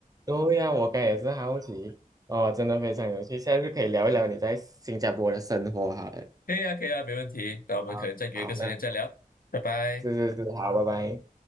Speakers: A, on the right; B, on the left.
A: 对呀，我刚也是好奇哦，真的非常有趣。下次可以聊一聊你在新加坡的生活，好了。
B: <laughs> 可以啊，可以啊，没问题。那我们可能再约一个时间再聊，
A: 好，好，那
B: 拜拜。
A: 是是是，好，拜拜。